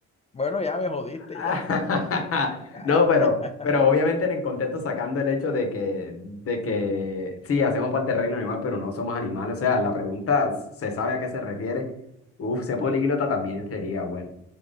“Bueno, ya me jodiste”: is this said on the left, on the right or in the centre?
Left